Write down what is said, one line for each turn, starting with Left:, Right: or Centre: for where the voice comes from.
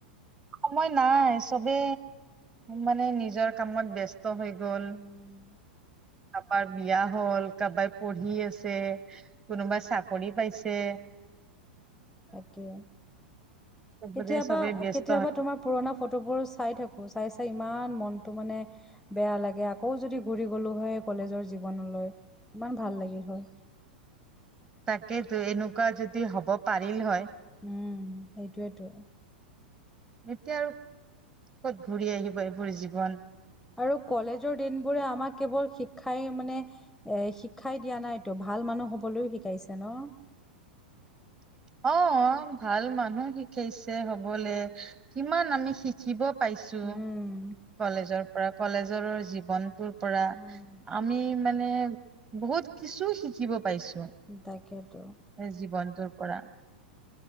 Right: সময় নাই চবে মানে নিজৰ কামত ব্যস্ত হৈ গল
Centre: উম,
Right: কাৰোবাৰ বিয়া হ'ল কাৰোবাই পঢ়ি আছে কোনোবাই চাকৰি পাইছে ছে
Centre: তাকেই
Right: চবৰে
Centre: কেতিয়াবা
Right: চবে ব্যস্ত
Centre: কেতিয়াবা
Right: হয়।
Centre: তোমাৰ পুৰণা ফটোবোৰ চাই থাকো চাই চাই ইমান মনটো মানে বেয়া লাগে আকৌ যদি ঘূৰি গ'লো হয় কলেজৰ জীৱনলৈ ইমান ভাল লাগিল হয়
Right: তাকেইতো এনেকোৱা যদি হ'ব পাৰিল হয়
Centre: উম সেইটোৱেতো
Right: এতিয়া আৰু কত ঘূৰি আহিব এইবোৰ জীৱন
Centre: আৰু কলেজৰ দিনবোৰে আমাক কেৱল শিক্ষাই মানে এ শিক্ষাই দিয়া নাইতো ভাল মানুহ হ'বলৈও শিকাইছে ন
Right: <unintelligible> অ ভাল মানুহ শিকাইছে হবলে কিমান আমি শিকিব পাইছো
Centre: উম।
Right: কলেজৰ পৰা কলেজৰ জীৱনটো পৰা
Centre: উম।
Right: আমি মানে বহুত কিছু শিকিব পাইছো
Centre: তাকেতো
Right: এই জীৱনটোৰ পৰা